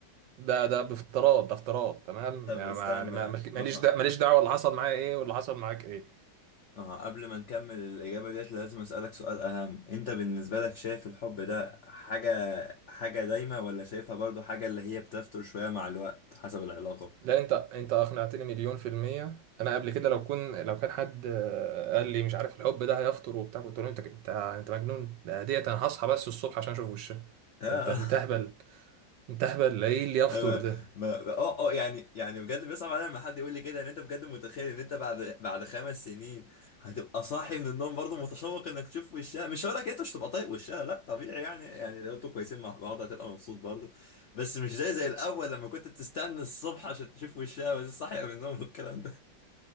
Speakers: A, on the right (about 75°); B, on the left (about 65°).
A: ده ده بافتراض ده افتراض تمام
B: طب
A: يعني
B: استنى
A: ما يعني ما- ماليش
B: ما ه...
A: دعوة ماليش دعوة اللي حصل معايا ايه واللي حصل معاك ايه
B: اه قبل ما نكمل الإجابة ديت لازم أسألك سؤال أهم أنت بالنسبة لك شايف الحب ده حاجة حاجة دايمة ولا شايفها برضو حاجة اللي هي بتفتر شوية مع الوقت حسب العلاقة
A: لا انت انت اقنعتني مليون في المية انا قبل كده لو كون لو كان حد آه، قال لي مش عارف الحب ده هيفطر وبتاع كنت اقول له انت انت انت مجنون ده ديت انا هصحى بس الصبح عشان اشوف وشها انت
B: آه.
A: انت انت
B: <laughs>
A: اهبل انت اهبل ايه اللي يفطر
B: ما
A: ده
B: ما اه اه يعني يعني بجد بيصعب عليا لما حد يقول لي كده ان انت بجد متخيل ان انت بعد بعد خمس سنين هتبقى صاحي من النوم برضه متشوق انك تشوف وشها مش هقول لك إيه، انت مش هتبقى طايق وشها لا طبيعي يعني يعني لو انتوا كويسين مع بعض هتبقى مبسوط برضه بس مش زي زي الاول لما كنت بتستنى الصبح عشان تشوف وشها وهي صاحيه من النوم والكلام ده